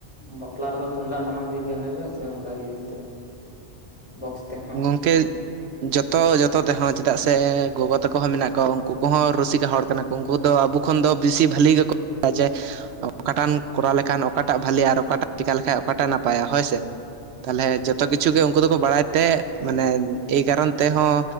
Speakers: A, on the left (about 30°); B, on the right (about 70°).
A: ᱵᱟᱯᱞᱟ ᱨᱮᱫᱚ ᱛᱩᱢᱫᱟᱜ ᱴᱟᱢᱟᱠ ᱛᱮᱜᱮ ᱯᱮ ᱮᱱᱮᱡᱚᱜᱼᱟ ᱥᱮ ᱚᱱᱠᱟ ᱤᱭᱟᱹᱛᱮ? <unintelligible> ᱵᱚᱠᱥ ᱛᱮ᱾
B: ᱜᱚᱝᱠᱮ᱾ ᱡᱚᱛᱚ ᱡᱚᱛᱚ ᱛᱮᱦᱚᱸ ᱪᱮᱫᱟᱜ ᱥᱮ ᱜᱚᱜᱚ ᱛᱟᱠᱚ ᱦᱚᱸ ᱢᱮᱱᱟᱜ ᱠᱚᱣᱟ ᱩᱱᱠᱩ ᱠᱚᱦᱚᱸ ᱨᱩᱥᱤᱠᱟ ᱦᱚᱲ ᱠᱟᱱᱟ ᱠᱚ᱾ ᱩᱱᱠᱩ ᱫᱚ ᱟᱵᱚ ᱠᱷᱚᱱ ᱫᱚ ᱵᱮᱥᱤ ᱵᱷᱟᱹᱞᱤ ᱜᱮᱠᱚ ᱡᱮ ᱚᱠᱟᱴᱟᱜ ᱠᱚᱨᱟᱣ ᱞᱮᱠᱷᱟᱱ ᱚᱠᱟᱴᱟᱜ ᱵᱷᱟᱞᱮᱼᱟ ᱟᱨ ᱚᱠᱟᱴᱟᱜ ᱪᱮᱠᱟ ᱞᱮᱠᱷᱟᱱ ᱚᱠᱟᱴᱟᱜ ᱱᱟᱯᱟᱭᱟ ᱦᱳᱭ ᱥᱮ? ᱛᱟᱦᱞᱮ ᱡᱚᱛᱚ
A: ᱦᱩᱸ
B: ᱠᱤᱪᱷᱩ ᱜᱮ ᱩᱱᱠᱩ ᱫᱚᱠᱚ ᱵᱟᱲᱟᱭ ᱛᱮ ᱢᱟᱱᱮ ᱮᱭ ᱠᱟᱨᱚᱱ ᱛᱮᱦᱚᱸ